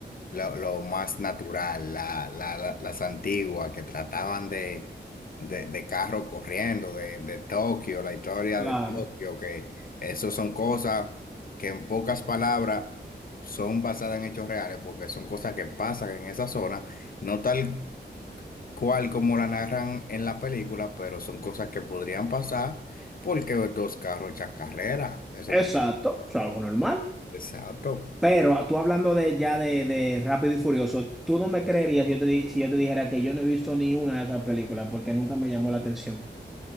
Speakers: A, on the left; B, in the centre.
A: lo, lo más natural, la, la- la- las antiguas que trataban de, de, de carro corriendo, de, de Tokio, la historia
B: claro.
A: de Tokio, que eso son cosas que en pocas palabras son basadas en hechos reales, porque son cosas que pasan en esa zona, no tal cual como la narran en la película, pero son cosas que podrían pasar porque dos carros echan carrera, eso
B: Exacto,
A: no.
B: es algo normal.
A: Exacto,
B: Pero tú hablando de ya de, de Rápido y Furioso, tú no me creerías si yo te, di- si yo te dijera que yo no he visto ni una de esas películas porque nunca me llamó la atención.